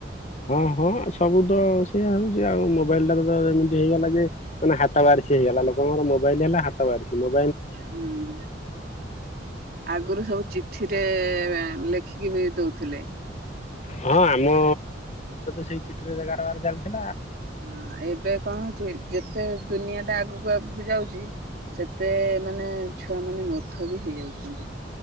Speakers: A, on the left; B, on the right.
A: ହଁ ହଁ ସବୁ ତ ସେଇୟା ହଉଛି ଆଉ ମୋବାଇଲ ଟାାରେ ତ ଯେମିତି ହେଇଗଲା ଯେ ମାନେ ହାତ ବାରିଶି ହେଇଗଲା ଲୋକଙ୍କର ମୋବାଇଲ ହେଲା ହାତ ବାରିଶି ମୋବଲ
B: ହୁଁ ଆଗରୁ ସବୁ ଚିଠିରେ ଲେଖିକି ବି ଦଉଥିଲେ।
A: ହଁ ଆମ ସେଇ ଚିଠିରେ କାରବାର ଚାଲିଛନ୍ତି।
B: ହଁ ଏବେ କଣ ହଉଛି ଯେତେ ଦୁନିଆ ଟା ଆଗୁ ଆଗକୁ ଆଗକୁ ଯାଉଛି ସେତେ ମାନେ ଛୁଆ ମାନେ ମୂର୍ଖ ବି ହେଇଯାଉଛି।